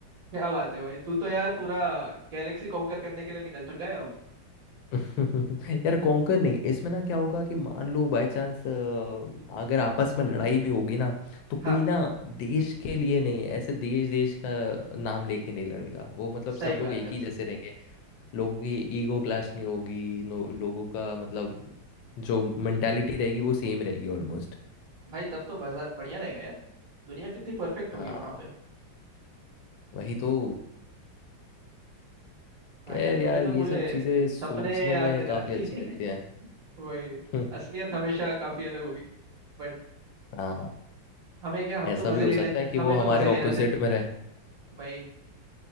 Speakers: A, on the right; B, on the left.
A: क्या बात है भाई तू तो यार पूरा गैलेक्सी कॉन्कर करने के लिए निकल चुका है अब
B: <laughs> यार कॉन्कर नहीं इसमें ना क्या होगा कि मान लो बाय चांस अगर आपस में लड़ाई भी होगी ना तो कोई
A: हाँ
B: ना देश के लिए नहीं ऐसे देश देश का नाम लेके नहीं लड़ेगा वो मतलब
A: सही
B: सब
A: बात
B: लोग एक
A: है
B: ही जैसे लोगों की ईगो क्लैश नहीं होगी नो- लोगों का मतलब जो मेंटालिटी रहेगी वो सेम रहेगी ऑलमोस्ट
A: भाई तब तो बाजार बढ़िया रहेगा यार दुनिया कितनी परफेक्ट
B: हाँ
A: होगी वहां पे
B: वही तो
A: भाई
B: खैर
A: यार
B: यार
A: तूने तो
B: ये
A: पूरे
B: सब चीज़ें सोचने
A: सपने याद
B: में
A: दिला
B: काफ़ी
A: दिए
B: अच्छी लगती
A: <laughs>
B: हैं
A: वही
B: <laughs>
A: असलियत हमेशा काफी अलग होगी बट
B: हाँ
A: हमें क्या हम
B: ऐसा
A: तो मजे
B: भी हो
A: लेने
B: सकता
A: थे
B: है कि
A: हमें
B: वो हमारे
A: तो मजे लेना
B: ऑपोजिट
A: थे
B: में रहे
A: भाई